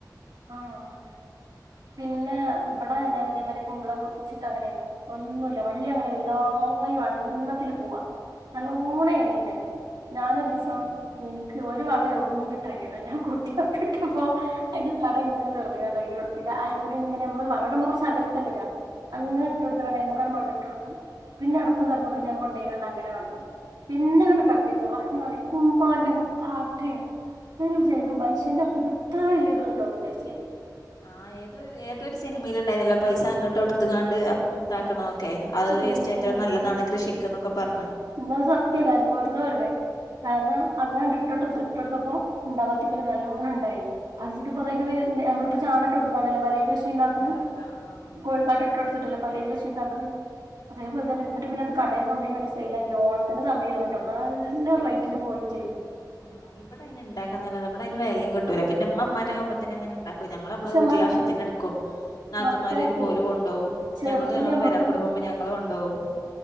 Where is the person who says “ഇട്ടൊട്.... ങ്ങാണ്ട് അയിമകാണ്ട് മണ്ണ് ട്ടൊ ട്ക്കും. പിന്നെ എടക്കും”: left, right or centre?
Right